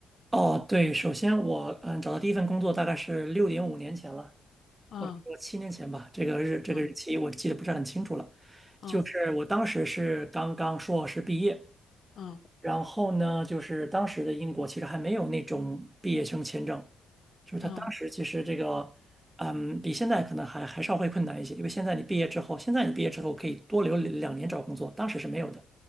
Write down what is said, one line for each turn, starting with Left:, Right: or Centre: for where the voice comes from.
Right: 哦，对，首先我嗯找到第一份工作大概是六点五年前了，
Left: 嗯
Right: 或者说七年前吧，这个日这个日期我记得不是很清楚了。
Left: 嗯嗯
Right: 就是我当时是刚刚硕士毕业，
Left: 嗯
Right: 然后呢，就是当时的英国其实还没有那种毕业生签证，就是他当时其实这个，
Left: 嗯
Right: 嗯，比现在可能还还稍微困难一些，因为现在你毕业之后，现在你毕业之后可以多留两两年找工作，当时是没有的，